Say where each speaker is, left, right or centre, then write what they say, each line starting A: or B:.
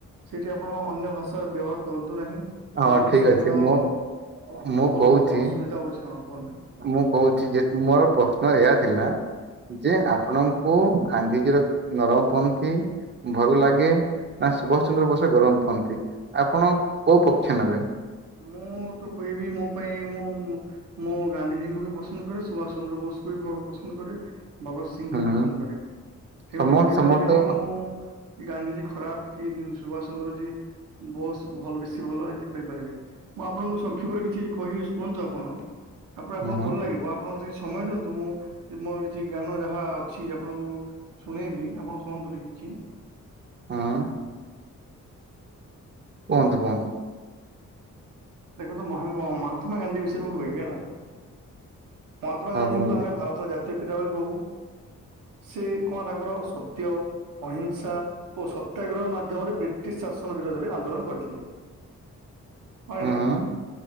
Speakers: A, on the right (about 70°); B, on the right (about 35°).
A: ସେଇଠି ଆପଣ ଅନ୍ୟ ଭାଷା ବ୍ୟବହାର କରନ୍ତୁ ନାହିଁ।
B: ହଁ
A: ଆମର
B: ଠିକ
A: ସମୟ
B: ଅଛି
A: ଆମ
B: ମୁଁ ମୁଁ କହୁଛି
A: ଆମର ଅସୁବିଧା ହଉଚି ହଁ କୁହନ୍ତୁ।
B: ମୁଁ କହୁଛି ଯେ ମୋର ପ୍ରଶ୍ନ ଏଇଆ ଥିଲା ଯେ ଆପଣ କୁ ଗାନ୍ଧିଜୀର ନରମ ପନ୍ଥି ଭଲ ଲାଗେ ନା ସୁଭାଷ ଚନ୍ଦ୍ର ବସ ଗରମ ପନ୍ଥୀ ଆପଣ କୋଉ ପକ୍ଷ ନେବେ।
A: ମୁଁ ତ କହିବି ମୋ ପାଇଁ ମୁଁ ମୁଁ ଗାନ୍ଧିଜୀଙ୍କୁ ବି ପସନ୍ଦ କରେ ସୁଭାଷ ଚନ୍ଦ୍ର ବୋଷଙ୍କୁ ବି ପ ପସନ୍ଦ କରେ। ଭଗତ ସିଂଙ୍କୁ
B: ହୁଁ
A: ବି ପସନ୍ଦ
B: ହୁଁ
A: କରେ ସେମିତି
B: ସମ
A: କହିପାରିବିନି
B: ସମସ୍ତ ହୁଁ
A: ମୁଁ କି ଗାନ୍ଧିଜୀ ଖରାପ କି ସୁଭାଷ ଚନ୍ଦ୍ରଜୀ ବୋସ ଭଲ ବେଶୀ ଭଲ ଏମିତି କହିପାରିବିନି। ମୁଁ ଆପଣଙ୍କୁ ସଂକ୍ଷେପରେ କିଛି କହିବି ଶୁଣନ୍ତୁ ଆପଣ ତାପରେ ଆପଣଙ୍କୁ
B: ହୁଁ
A: ଭଲ ଲାଗିବ ଆପଣ ମତେ କିଛି ସମୟ ଦିଅନ୍ତୁ ମୁଁ ମୋର କିଛି ଜ୍ଞାନ ଯାହା ଅଛି ଆପଣଙ୍କୁ ଶୁଣେଇବି ଆପଣ ଶୁଣନ୍ତୁ ଟିକେ କିଛି।
B: ହଁ। କୁହନ୍ତୁ କୁହନ୍ତୁ।
A: ଦେଖନ୍ତୁ ମହାନ ମହାତ୍ମା ଗାନ୍ଧୀ ବିଷୟରେ ମୁଁ କହିବି ହେଲା ମହାତ୍ମା ଗାନ୍ଧୀଙ୍କୁ
B: ହଁ କୁହନ୍ତୁ
A: ଆମେ ଭାରତ ର ଜାତୀୟ ପିତା ବୋଲି କହୁ ସେ କଣ ତାଙ୍କର ସତ୍ୟ ଅହିଂସା ଓ ସତ୍ୟାଗ୍ରହ ମାଧ୍ୟମରେ ବ୍ରିଟିଶ୍ ଶାସନ ବିରୋଧରେ ଆନ୍ଦୋଳନ କରିଥିଲେ। ହଁ କି
B: ହୁଁ
A: ନାଇଁ
B: ହୁଁ